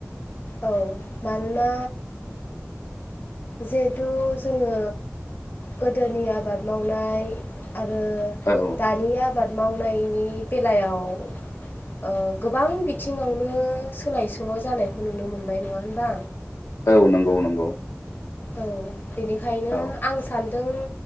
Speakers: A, on the left; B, on the left.
A: औ मानोना जिहेथु जोङो गोदोनि आबाद मावनाय। आरो
B: औ
A: दानि आबाद मावनायनि बेलायाव ओ गोबां बिथिङावनो सोलाय सोल' जानायखौ नुनो मोनबाय नङा होनबा
B: औ नंगौ नंगौ
A: औ बेनिखायनो
B: औ
A: आं सान दों